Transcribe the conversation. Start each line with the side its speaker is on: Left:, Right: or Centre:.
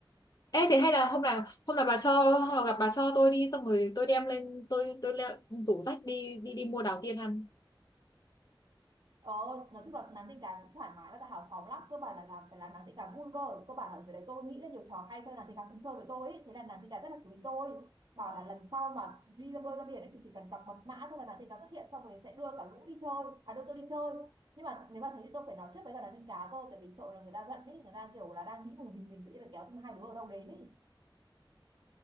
Left: ê thế hay là hôm nào hôm nào bà cho hôm nào gặp bà cho tôi đi xong rồi tôi đem lên tôi tôi lẹ- rủ rách đi đi đi mua đào tiên ăn.
Right: Ờ, nói chung là nàng tình cảm cũng thoải mái và hào phóng lắm cơ bản là làm phải làm nàng tình cảm vui cơ cơ bản là ở dưới đấy tôi nghĩ ra nhiều trò hay chơi nàng tình cảm cũng chơi với tôi ấy. thế là nàng tình cảm rất là quý tôi bảo là lần sau mà đi ra bơi ra biển ấy thì chỉ cần đọc mật mã thôi là nàng tình cảm xuất hiện xong rồi sẽ đưa cả lũ đi chơi à đưa tôi đi chơi nhưng mà nếu mà thế thì tôi phải nói trước với cả nàng tình cá cơ tại vì sợ là người ta giận ấy người ta kiểu là đang nghĩ một mình mình tự nhiên là kéo thêm hai đứa ở đâu đến ấy